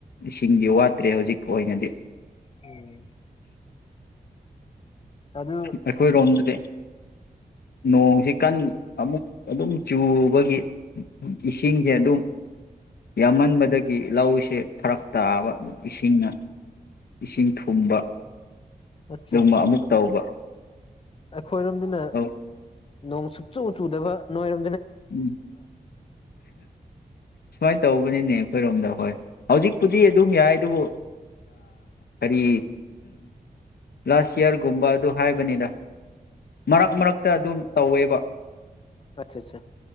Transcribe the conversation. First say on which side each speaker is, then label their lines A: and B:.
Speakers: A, on the left; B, on the left.
A: ꯏꯁꯤꯡꯗꯤ ꯋꯥꯠꯇ꯭ꯔꯦ ꯍꯧꯖꯤꯛ ꯑꯣꯏꯅꯗꯤ
B: ꯎꯝ ꯑꯗꯨ
A: ꯑꯩꯈꯣꯏ ꯔꯣꯝꯗꯗꯤ ꯅꯣꯡꯁꯤ ꯀꯟ ꯑꯃꯨꯛ ꯑꯗꯨꯝ ꯆꯨꯕꯒꯤ ꯏꯁꯤꯡꯁꯦ ꯑꯗꯨꯝ ꯌꯥꯝꯃꯟꯕꯗꯒꯤ ꯂꯧꯁꯦ ꯐꯔꯛ ꯇꯥꯕ ꯑꯗꯨꯝ ꯏꯁꯤꯡꯅ ꯏꯁꯤꯡ ꯊꯨꯝꯕ
B: ꯑꯠꯆꯥ
A: ꯑꯗꯨꯒꯝꯕ ꯑꯃꯨꯛ ꯇꯧꯕ
B: ꯈꯣꯏꯔꯣꯝꯅꯤꯅ
A: ꯎꯝ
B: ꯅꯣꯡ ꯁꯨꯛꯆꯨ ꯆꯨꯗꯕ ꯅꯣꯏꯔ
A: ꯎꯝ ꯁꯋꯥ ꯇꯧꯕꯅꯤꯅꯦ ꯑꯩꯈꯣꯏꯔꯣꯝꯗ ꯍꯣꯏ ꯍꯧꯖꯤꯛꯄꯨꯗꯤ ꯑꯗꯨꯝ ꯌꯥꯏ ꯑꯗꯨꯕꯨ ꯀꯔꯤ ꯂꯥꯁ ꯌꯔꯒꯨꯝꯕ ꯑꯗꯨ ꯍꯥꯏꯕꯅꯤꯗ ꯃꯔꯛ ꯃꯔꯛꯇ ꯑꯗꯨꯝ ꯇꯧꯋꯦꯕ
B: ꯑꯆꯥ ꯑꯆꯥ